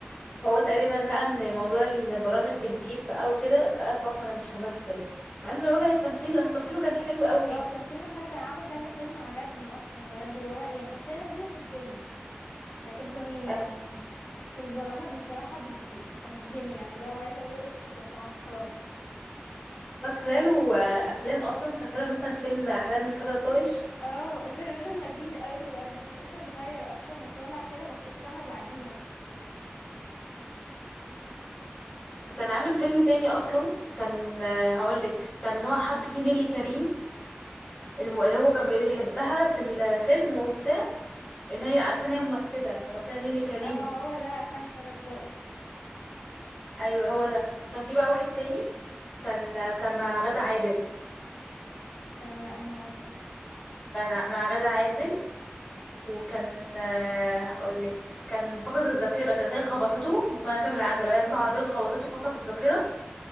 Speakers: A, on the left; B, on the left.
A: هو تقريبا لقى ان موضوع البرامج بتجيب بقى وكده فقال خلاص انا مش همثل مع انه رجع التمثيل هو تمثيله كان حلو قوي
B: اه تمثيله كان حلو كان عامل كذا فيلم عجبني اصلا بجد وهو يعني شخصية لذيذة في الفيلم لكن في ال
A: أي-
B: في البرامج بصراحة بي بي بيستفزني يعني لو عايزة اقوله اسكت لو سمحت خلاص
A: فاكره له آه، افلام اصلا فاكره له مثلا فيلم احلام الفتى الطائش
B: اه الفيلم ده لذيذ قوي بجد كان لسه صغير اصلا وطالع كده بس اتشهر بعديها
A: وكان عامل فيلم تاني اصلا كان هقول لك كان هو حب فيه نيللي كريم الم- اللي هو كان بيحبها في الفيلم وبتاع ان هي على أساس ان هي ممثله ممثله نيلي كريم
B: اما هو ده احسام الفتى الطائش
A: ايوه هو ده كان في بقى واحد تاني كان كان مع غادة عادل
B: آه انا واحد
A: كان مع غادة عادل وكان آه، هقول لك كان فقد الذاكره كانت هي خبطته وكان راكب العجله وهي راكبه عربيه خبطته فقد الذاكره